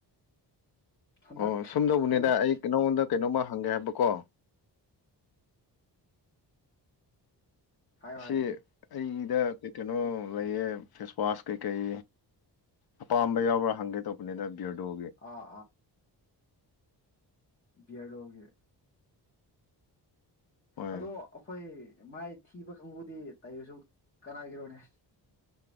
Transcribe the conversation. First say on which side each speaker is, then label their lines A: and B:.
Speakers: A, on the left; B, on the left.
A: ꯍꯟꯗꯛ
B: ꯑꯣ ꯁꯨꯝ ꯇꯧꯕꯅꯦꯗ
A: ꯍꯟꯗꯛ
B: ꯑꯩ ꯅꯪꯉꯣꯟꯗ ꯀꯩꯅꯣꯝꯃ ꯍꯪꯒꯦ ꯍꯥꯏꯕꯀꯣ
A: ꯍꯥꯏꯌꯣ
B: ꯑꯁꯤ
A: ꯍꯥꯏꯌꯣ
B: ꯑꯩ꯫ ꯁꯤꯗ ꯀꯩ ꯀꯩꯅꯣ ꯂꯩꯌꯦ ꯐꯦꯁꯋꯥꯁ ꯀꯩꯀꯩ ꯑꯄꯥꯝꯕ ꯌꯥꯎꯕ꯭ꯔꯥ ꯍꯪꯒꯦ ꯇꯧꯕꯅꯤꯗ꯫ ꯕꯤꯌ꯭ꯔꯗꯣꯒꯤ꯫
A: ꯑꯥ ꯕꯤꯌ꯭ꯔꯗꯣꯒꯦ꯫
B: ꯍꯣꯏ
A: ꯑꯗꯣ ꯑꯩꯈꯣꯏ꯫ ꯃꯥꯏ ꯊꯤꯕ ꯀꯥꯡꯕꯨꯗꯤ ꯇꯩꯔꯁꯨ ꯀꯅꯥꯒꯤꯔꯣꯅꯦ꯫